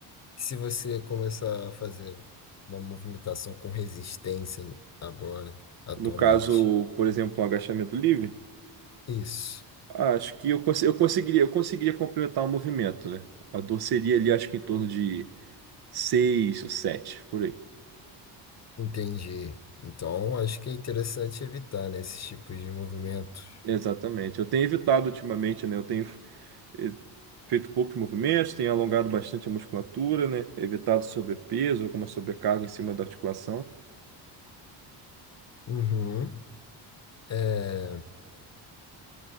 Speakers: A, on the left (about 35°); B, on the right (about 50°).
A: se você começar a fazer uma movimentação com resistência agora, atualmente.
B: No caso, por exemplo, um agachamento livre,
A: Isso,
B: acho que eu, cons- eu conseguiria, eu conseguiria complementar o movimento, né? A dor seria ali, acho que em torno de 6 ou 7 por aí.
A: entendi. Então, acho que é interessante evitar, né, esses tipos de movimentos.
B: Exatamente. Eu tenho evitado ultimamente, né? Eu tenho eh, feito poucos movimentos, tem alongado bastante a musculatura, né? Evitado sobrepeso, alguma sobrecarga em cima da articulação.
A: Uhum. É,